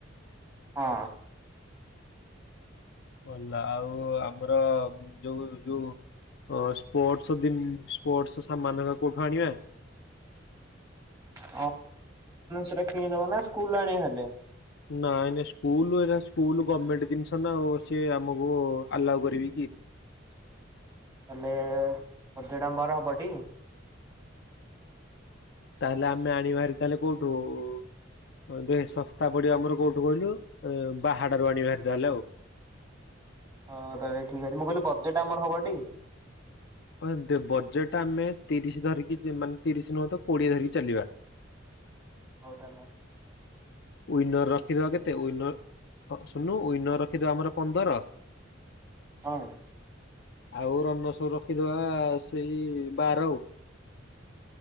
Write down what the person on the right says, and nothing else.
ହଁ।
<unintelligible> ସେଟା କିଣି ଦବା ନା ସ୍କୁଲ ରୁ ଆଣିବା ହେଲେ।
ତାଲେ ଅଜଡାମ୍ବାର ହବ ଟି।
ହଁ ତେବେ ଠିକ୍ ଅଛି ମୁଁ କହିଲି ବଜେଟ୍ ଆମର ହବ ଟି?
ହଉ ତାହେଲେ ଆଉ।
ହଁ।